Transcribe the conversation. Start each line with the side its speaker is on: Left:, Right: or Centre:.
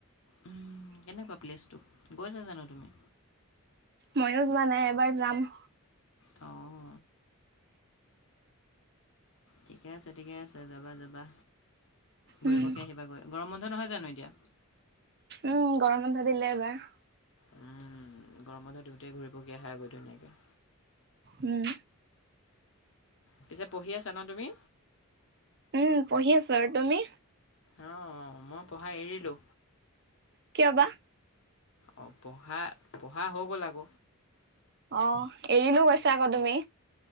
Left: হম, কেনেকুৱা প্লেচটো গৈছা জানো তুমি?
Right: ময়ো যোৱা নাই এবাৰ যাম।
Left: অ, ঠিকে আছে ঠিকে আছে যাবা যাবা, ঘূৰিপকি
Right: উম
Left: আহিবা গৈ গৰম বন্ধ নহয় জানো এতিয়া?
Right: উম, গৰম বন্ধ দিলে এবাৰ
Left: উম, গৰম বন্ধ দিওঁতে ঘূৰিপকী আহাগৈ ধুনীয়াকৈ।
Right: উম,
Left: পিছে পঢ়ি আছা ন তুমি?
Right: উম, পঢ়ি আছো আৰু তুমি?
Left: অ, মই পঢ়া এৰিলো।
Right: কিয় বা?
Left: অ, পঢ়া-পঢ়া হৈ গ'ল আক।
Right: অ, এৰিলো কৈছা আক তুমি।